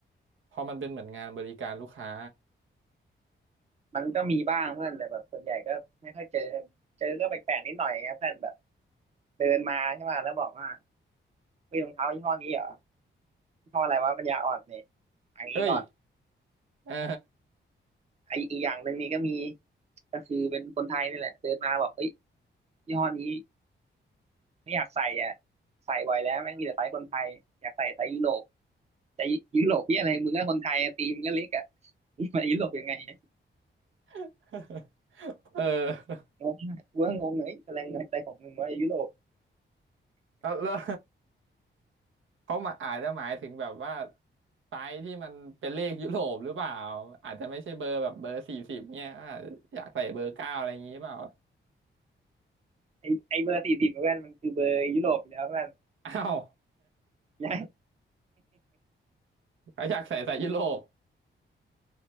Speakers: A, on the right; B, on the right.
A: เพราะมันเป็นเหมือนงานบริการลูกค้า
B: มันก็มีบ้างเพื่อนแต่แบบส่วนใหญ่ก็ไม่ค่อยเจอเจอก็แปลกๆนิดหน่อยไงเพื่อนแบบเดินมาใช่ป่ะแล้วบอกว่ามีรองเท้ายี่ห้อนี้เหรอ ข้ออะไรวะปัญญาอ่อนเนี่ยอันนี้ก่อน
A: เอ้ย <laughs> เออ
B: ไออีกอย่างหนึ่งนี่ก็มีก็คือเป็นคนไทยนี่แหละเดินมาบอกเอ้ยยี่ห้อนี้ไม่อยากใส่อ่ะใส่บ่อยแล้วแม่งมีแต่ไซส์คนไทยอยากใส่ไซส์ยุโรปแต่ยุโรปที่อะไรมึงก็คนไทยตีมงก็เล็กอ่ะนี่มายุโรปยังไงเนี่ย
A: <laughs> เออ
B: งงอะกูก็งงเลยอะไรเงินใจของมึงว่ายุโรป
A: แล้วแล้วเขามาอาจจะหมายถึงแบบว่าไซส์ที่มันเป็นเลขยุโรปหรือเปล่าอาจจะไม่ใช่เบอร์แบบเบอร์สี่สิบเนี่ยอาจอยากใส่เบอร์เก้าอะไรอย่างงี้เปล่า
B: ไอไอเบอร์สี่สิบเพื่อนมันคือเบอร์ยุโรปอยู่แล้วเพื่อน
A: อ้าว
B: <laughs> ย้าย
A: <laughs> เขาอยากใส่ไซส์ยุโรป